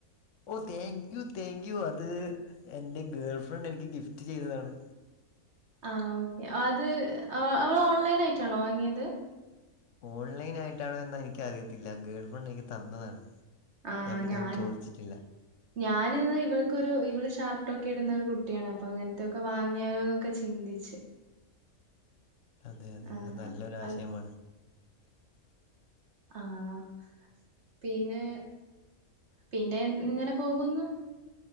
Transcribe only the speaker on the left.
oh thank you thank you അത് എന്റെ ഗേൾ ഫ്രണ്ട് എനിക്ക് ഗിഫ്റ്റ് ചെയ്തതാണ്.
ഓൺലൈൻ ആയിട്ടാണോ എന്ന് എനിക്ക് അറിയത്തില്ല, ഗേൾ ഫ്രണ്ട് എനിക്ക് തന്നതാണ്.
പിന്നെ
ഒന്നും ചോദിച്ചിട്ടില്ല
അതെ അതെ
അത് നല്ലൊരു ആശയമാണ്.